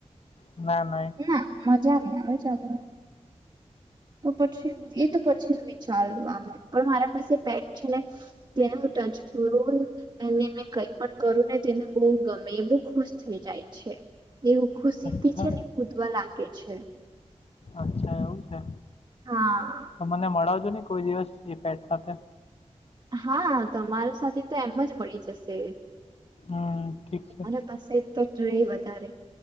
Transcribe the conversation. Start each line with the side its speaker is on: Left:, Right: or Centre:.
Left: ના
Right: ના મજા નહી આવે <unintelligible> તો પછી એ તો પછી જ વિચાર આમે પણ મારા પાસે પેટ છે ને <unintelligible> અને મેં કઈ પણ કરું ને તેને બહુ ગમે બુ ખુશ થઈ જાય છે. એવું ખુશીથી
Left: અચ્છા
Right: છે ને કૂદવા લાગે છે.
Left: અચ્છા એવું કે.
Right: હા
Left: તો મને મળાવજો ને કોઈ દિવસ એ પેટ સાથે.
Right: હા તમાર સાથે તો એમ જ મળી જશે.
Left: હ ઠીક છે
Right: મારા પાસે તો જોઈ વધારે